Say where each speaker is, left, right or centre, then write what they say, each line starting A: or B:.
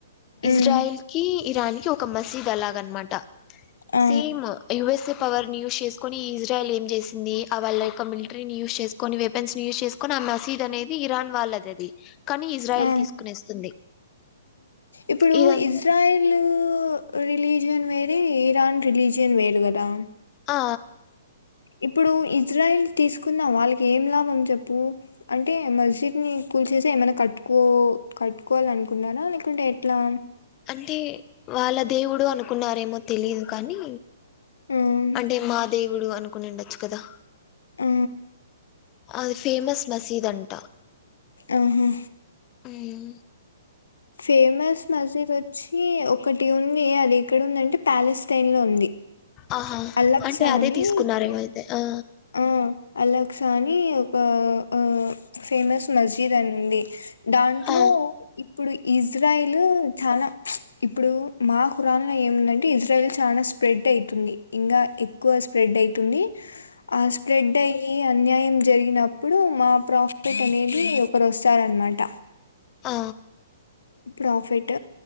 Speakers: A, on the left (about 65°); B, on the left (about 25°).
A: హ్మ్
B: ఇజ్రాయిల్కి.. ఇరాన్కి ఒక మసీద్ అలాగన్మాట
A: ఆ
B: సేమ్ యుఎస్ఎ పవర్ని యూస్ చేసుకొ ఈ ఇజ్రాయల్ ఏం చేసింది. అ వాళ్ళ యొక్క మిల్ట్రీనీ యూస్ చేస్ కొన్ని వెపన్స్ యూజ్ చేసుకుని ఆ మసీదు అనేది ఇరాన్ వాళ్ళది అది కానీ ఇజ్రాయల్
A: ఆ
B: తీసుకునేస్తుంది
A: ఇప్పుడు
B: ఇదం
A: ఇజ్రాయల్ రిలీజ రిన్ వేరే ఈరాన్ రిలీజియన్ వేరు కదా
B: ఆ
A: ఇప్పుడు ఇజ్రాయిల్ తీసుకున్న వాళ్ళకి ఏం లాభం చెప్పు అంటే మస్జిద్ని కూల్చేస్తే ఏమైనా కట్టుకో కట్టుకోవాల అనుకున్నారా లేకుంటే ఎట్లా
B: అంటే వాళ్ళ దేవుడు అనుకున్నారేమో తెలీదు కానీ
A: హ్మ్
B: అంటే మా దేవుడు అనుకుని ఉండొచ్చు కదా
A: ఆ
B: అది ఫేమస్ మసీద్ అంటా
A: ఆహా
B: అవు
A: ఫేమస్ మజీద్ వచ్చి ఒక ఒకటి ఉంది అది ఇక్కడ ఉందంటే ప్యాలెస్తటైన్ లో ఉంది
B: ఆహా
A: అల్లక్సా
B: అంటే అదే
A: అని
B: తీసుకున్నారేమైతే ఆ
A: ఆ అలక్సా అని ఒక ఆ ఫేమస్ మస్జిద్ అనిండి దాంట్లో
B: ఆ
A: ఇప్పుడు ఇజ్రాయిల్ చాలా ఇప్పుడు మా ఖురాన్లో ఏముందంటే ఇజ్రాయిల్ చాలా స్ప్రెడ్ అవుతుంది ఇంకా ఎక్కువ స్ప్రెడ్ అయితుంది ఆ స్ప్రెడ్ అయ్య అన్యాయం జరిగినప్పుడు మా ప్రాఫట్ అనేది ఒకరు వస్తారనమాట
B: ఆ
A: ప్రాఫిట్